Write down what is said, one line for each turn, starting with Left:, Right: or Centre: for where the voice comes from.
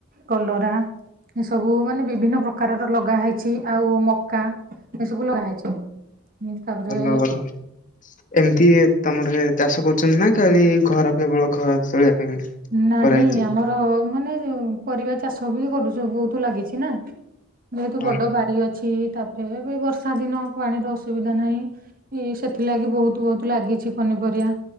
Right: କଲରା। ଏ ସବୁ ମାନେ ବିଭିନ୍ନ ପ୍ରକାରର ଲଗା ହେଇଛି ଆଉ ମକା ଏ ସବୁ ଲଗା ହେଇଛି। ତାପରେ
Left: ଭଲ ଭଲ। ଏମତି ତମର ଚାଷ କରୁଛନ୍ତି ନା ଖାଲି ଘର କେବଳ ଘର ଚଳେଇବା ପାଇଁ
Right: ନାହିଁ
Left: କରାହେଇଛି?
Right: ଆମର ମାନେ ପରିବା ଚାଷ ବି କରୁଛ ବହୁତ ଲାଗିଛି ନା। ଯେହେତୁ
Left: ହଁ
Right: ବଡ଼ ବାଡ଼ି ଅଛି ତାପରେ ଏବେ ବର୍ଷା ଦିନ ପାଣିର ଅସୁବିଧା ନାହିଁ। ଇ ସେଥିଲାଗି ବୋହୁତ୍ ବୋହୁତ୍ ଲାଗିଛି ପନିପରିବା।